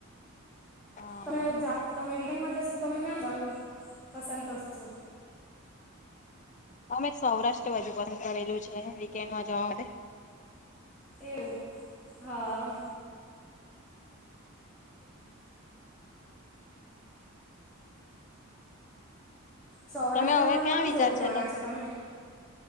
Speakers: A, on the left (about 35°); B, in the centre.
A: હા
B: તમે તમે વિકેન્ડમાં જશો તમે ક્યાં જવાનું પસંદ કરશો. શો
A: અમેં સૌરાષ્ટ્ર બાજુ પસંદ કરેલું છે વીકેન્ડમાં જવા માટે.
B: એવું હા. સૌરાષ્ટ્રમાં
A: તમે હવે ક્યાં
B: કોની
A: વિચાર
B: જોડે જવાના
A: તો
B: છે તમે.